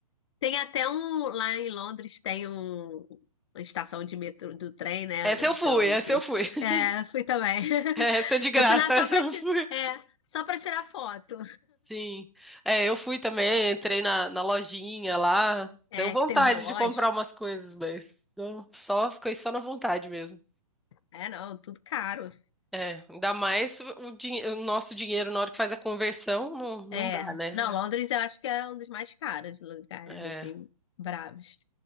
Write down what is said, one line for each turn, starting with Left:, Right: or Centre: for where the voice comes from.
Left: Tem até um, lá em Londres tem um, uma estação de metrô do trem, né?
Centre: Essa eu
Left: De
Centre: fui,
Left: onde.
Centre: essa eu fui. <laughs>
Left: É, fui também. <laughs>
Centre: Essa é de graça,
Left: Eu fui lá só
Centre: <laughs> essa
Left: pra,
Centre: eu
Left: ti,
Centre: fui.
Left: é, só pra tirar foto.
Centre: Sim. É, eu fui também, entrei na, na lojinha lá.
Left: É,
Centre: Deu vontade
Left: que tem o relógio.
Centre: de comprar umas coisas, mas não, só fiquei só na vontade mesmo.
Left: É, não, tudo caro.
Centre: É, ainda mais o, dinhe- o nosso dinheiro na hora que faz a conversão, não, não
Left: É.
Centre: dá, né?
Left: Não, Londres eu acho que é um dos mais caros lugares,
Centre: É.
Left: assim, bravos.